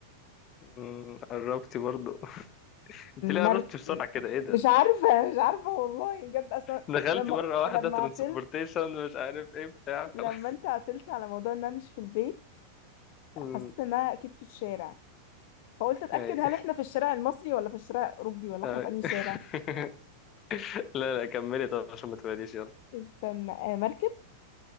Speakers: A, on the left (about 30°); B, on the left (about 50°).
A: مم، قربتي برضه <laughs> انت ليه قربتي
B: مرك...
A: بسرعة
B: م-
A: كده ايه ده
B: مش عارفة مش عارفة والله بجد أصلا
A: دخلتي
B: لما
A: مرة واحدة
B: لما
A: ترانسبورتيشن
B: عتلت
A: مش عارف ايه بتاع
B: لما
A: خلاص
B: أنت عتلت على موضوع إنها مش في البيت
A: <laughs> مم،
B: حسيت إنها أكيد في الشارع فقلت أتأكد
A: أي.
B: هل إحنا في الشارع المصري ولا في الشارع الأوروبي ولا
A: أي.
B: إحنا في أنهي
A: <laughs>
B: شارع
A: لا لا كملي طب عشان ما تبعديش يلا
B: استنى آه مركب